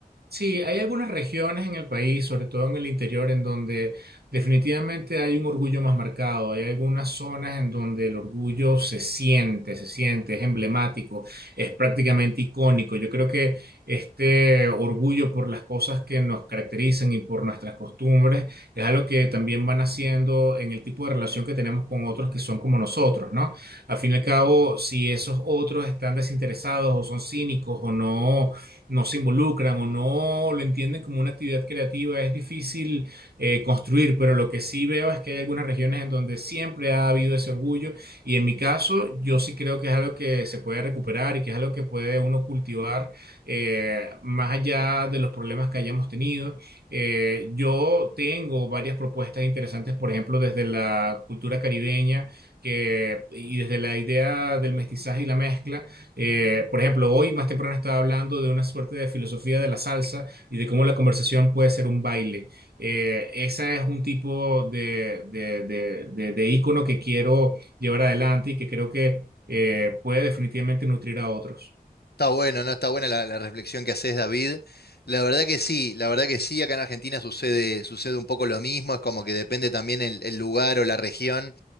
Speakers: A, on the right (about 80°); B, on the left (about 85°).
A: Sí, hay algunas regiones en el país, sobre todo en el interior, en donde definitivamente hay un orgullo más marcado. Hay algunas zonas en donde el orgullo se siente, se siente, es emblemático, es prácticamente icónico. Yo creo que este orgullo por las cosas que nos caracterizan y por nuestras costumbres es algo que también van haciendo en el tipo de relación que tenemos con otros que son como nosotros, ¿no? Al fin y al cabo, si esos otros están desinteresados o son cínicos o no no se involucran o no lo entienden como una actividad creativa, es difícil eh, construir, pero lo que sí veo es que hay algunas regiones en donde siempre ha habido ese orgullo y en mi caso yo sí creo que es algo que se puede recuperar y que es algo que puede uno cultivar eh, más allá de los problemas que hayamos tenido. Eh, yo tengo varias propuestas interesantes, por ejemplo, desde la cultura caribeña que, y desde la idea del mestizaje y la mezcla eh, por ejemplo, hoy más temprano estaba hablando de una suerte de filosofía de la salsa y de cómo la conversación puede ser un baile. Eh, ese es un tipo de, de, de, de- de ícono que quiero llevar adelante y que creo que eh, puede definitivamente nutrir a otros.
B: Está bueno, ¿no? Está buena la, la reflexión que haces, David. La verdad que sí, la verdad que sí, acá en Argentina sucede, sucede un poco lo mismo, es como que depende también el, el lugar o la región.